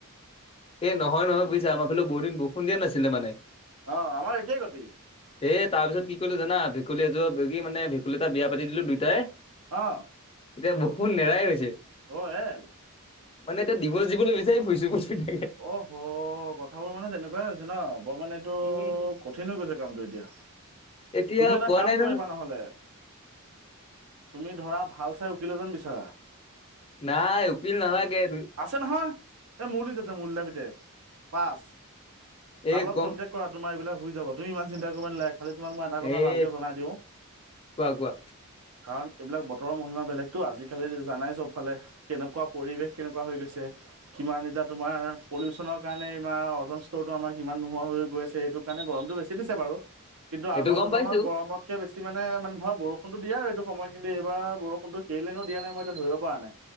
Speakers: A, on the left; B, on the right.
A: এ নহয় নহয় বুজিছা আমাৰ ফালে বহুদিন বৰষুণ দিয়া নাছিলে মানে।
B: অ আমাৰ একেই গতি।
A: হেই তাৰ পিছত কি কৰিলোঁ জানা ভেকুলী এযোৰ ধৰি মানে ভকুলী এটা বিয়া পাতি দিলোঁ দুইটাই।
B: অ।
A: এতিয়া বৰষুণ নেৰাই হৈছে।
B: অ হে।
A: মানে এতিয়া দিভৰ্চ দিবলৈ বিচাৰি ফুৰিছোঁ। <unintelligible>
B: অ কথাবোৰ মানে তেনেকুৱাই হৈছে ন বৰমানে এইটো
A: উম
B: কঠিন হৈ গৈছে কামটো এতিয়া
A: এতিয়া
B: তুমি এটা
A: পোৱা
B: কাম
A: নাই নহয়
B: কৰিবা নহলে তুমি ধৰা ভাল চাই উকিলে যেন বিচাৰা
A: নাই উকিল ন লাগে ত
B: আছে নহয় এই মল ততে মলাব পাচ
A: এই
B: তত
A: গম
B: কটেক কৰা তোমাৰ এইবিলাক হৈ যাব তুমি ই চিন্তা কৰিব ন লাই খালি তোমাক মই এটা কথা
A: এই
B: ভালকে জনাই দিওঁ
A: কোৱা কোৱা
B: কাৰণ এইবিলাক বতৰৰ মহিমা বেলেগতো আজিিকালি জানাই চব ফালে কেনেকুৱা পৰিৱেশ কেনেকুৱা হৈ গৈছে কিমান এতিয়া তোমাৰ পলিউচনৰ কাৰণে এইমাৰ ওজন স্তৰটো আমাৰ কিমান নোহোৱা হৈ গৈছে সেইটো কাৰণে গৰমটো বেছি দিছে বাৰু কিন্তু
A: এইটো
B: আগৰ
A: গম
B: তুলনাত
A: পাইছো
B: গৰমত ত একে বেছি মানে মানে ধৰা বৰষুণো দিয় এইটো সময়ত কিন্তু এইাৰ বৰুণোেইলেনো দিয়া নাই মই এতি ধব পৰা নাই